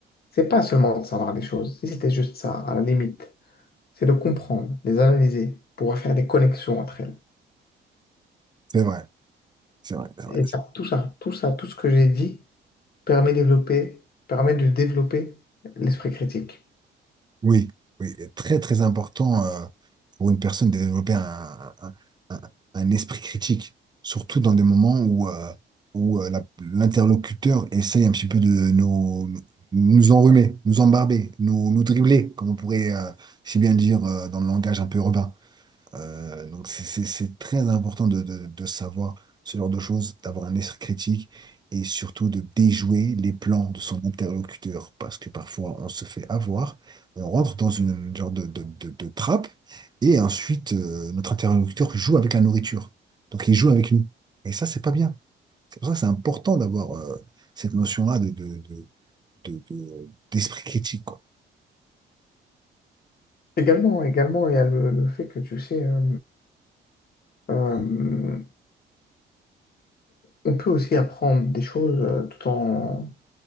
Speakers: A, on the left; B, on the right.
A: c'est pas seulement de savoir des choses, si c'était juste ça, à la limite, c'est de comprendre, les analyser, pouvoir faire des connexions entre elles.
B: c'est vrai, c'est vrai, c'est vrai.
A: Et ça, tout ça, tout ça, tout ce que j'ai dit, permet développer, permet de développer l'esprit critique.
B: Oui, oui, et très très important euh, pour une personne de développer un, un- un- un esprit critique, surtout dans des moments où, euh, où euh, la- l'interlocuteur essaye un petit peu de nous, nous enrhumer, nous embarber, nous, nous dribbler, comme on pourrait euh, si bien dire euh, dans le langage un peu urbain. Euh, donc c'est c'est- c'est très important de, de- de savoir ce genre de choses, d'avoir un esprit critique et surtout de déjouer les plans de son interlocuteur parce que parfois on se fait avoir, on rentre dans une genre de, de- de- de trappe et ensuite euh, notre interlocuteur joue avec la nourriture. Donc il joue avec nous. Et ça, c'est pas bien. C'est pour ça que c'est important d'avoir euh, cette notion-là de, de- de- de- de- d'esprit critique, quoi.
A: Également, également, il y a le, le fait que, tu sais, euh, euh, on peut aussi apprendre des choses euh, tout en,